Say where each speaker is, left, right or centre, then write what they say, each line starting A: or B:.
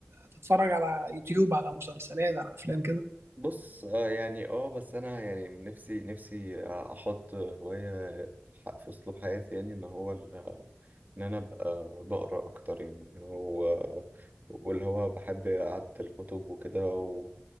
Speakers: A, on the right; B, on the right.
A: تتفرج على يوتيوب على مسلسلات على افلام كده
B: بص آه يعني اه بس انا يعني نفسي نفسي آه، احط هواية في ح- في اسلوب حياتي يعني ان هو ال- ان انا ابقى بقرا اكتر يعني و- واللي هو بحب قعدة الكتب وكده وان